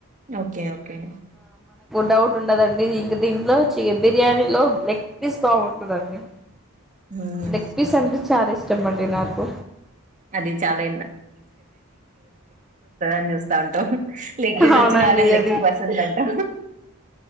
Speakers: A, on the right; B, in the centre.
A: ఓకే ఓకే
B: డౌట్ ఉండదండి ఇంక దీంట్లో చె బిర్యానీ లో లెగ్ పీస్ బాగుంటందండి.
A: హ్మ్
B: లెగ్పీస్ అంట చాలా ఇష్టమండి నాకు
A: అది చాలా ని చూస్తా ఉంటాం లక్కీస్
B: అవునండి
A: వచ్చిన వాళ్ళం లక్కీ
B: అది
A: పర్సన్స్ అంటా.